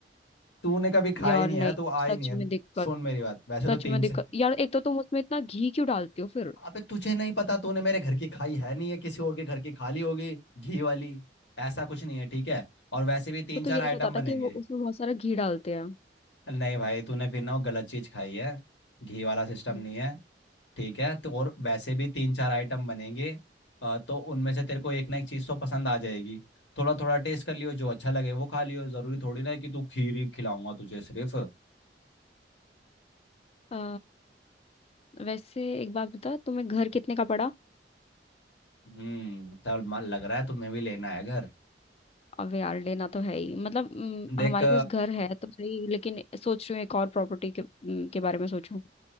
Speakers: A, on the left; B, on the left.
A: तूने कभी खाया
B: यार
A: ही नहीं
B: नहीं
A: है ना तू आई
B: सच
A: नहीं है
B: में दिक्कत
A: सुन मेरी बात वैसे
B: सच
A: तो तीन
B: में दिक्कत
A: से
B: यार एक तो तुम उसमें इतना घी क्यों डालती हो फिर
A: अबे तुझे नहीं पता तूने मेरे घर की खाई है नहीं है किसी और के घर की खा ली होगी घी वाली ऐसा कुछ नहीं है ठीक है और वैसे भी तीन
B: तो, तो यही
A: चार आइटम
B: पता
A: बनेंगे
B: था कि वो उसमें बहुत सारा घी डालते हैं
A: नहीं भाई तूने फिर ना वो गलत चीज खाई है घी वाला सिस्टम
B: हम्म।
A: नहीं है ठीक है तो और वैसे भी तीन चार आइटम बनेंगे अ, तो उनमें से तेरे को एक ना एक चीज तो पसंद आ जाएगी थोड़ा थोड़ा टेस्ट कर लियो जो अच्छा लगे वो खा लियो जरूरी थोड़ी ना है कि तू खीर ही खिलाऊंगा तुझे सिर्फ
B: अ, वैसे एक बात बता तुम्हें घर कितने का पड़ा
A: हम्म तब मन लग रहा है तुम्हें भी लेना है घर
B: अब यार लेना तो है ही मतलब हम्म,
A: देख
B: हमारे पास घर है तो सही लेकिन सोच रही हूँ एक और प्रॉपर्टी के, हम्म, के बारे में सोचूं